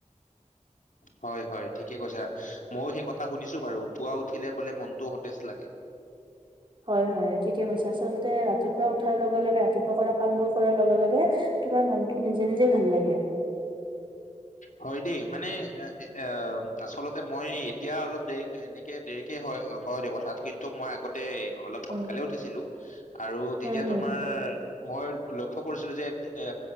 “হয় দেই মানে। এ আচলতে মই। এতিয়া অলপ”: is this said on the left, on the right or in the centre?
Left